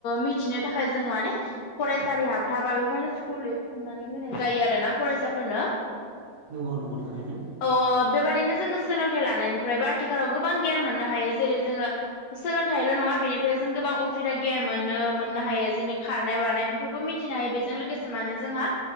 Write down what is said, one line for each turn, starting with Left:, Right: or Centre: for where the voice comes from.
Left: मिथिनो थाखाय जों माने फरायसालि हाबथाबा बेफोरनो स्कुल खुंनानै होनाय जायो आरो ना फरायसाफोरनो
Right: नंगौ नंगौ थारैनो
Left: औ ओ बेबादिनो जोङो सोलोंथाइ लानायनिफ्राय बा आथिखालाव गोबां गियान मोननो हायो जेरै जोङो सोलोंथाइल' नङा बेनिफ्राय जों गोबां उफेरा गियान मोनो मोननो हायो जेनै खारनाय बारनाय बेफोरखौ मिथिनो हायो बेजों लोगोसे माने जोंहा